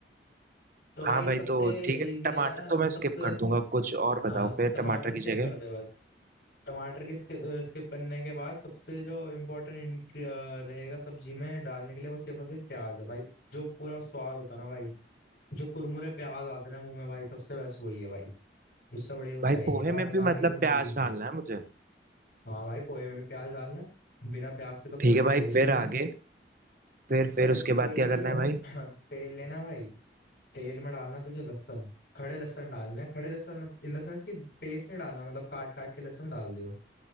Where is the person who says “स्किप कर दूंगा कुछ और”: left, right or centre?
Right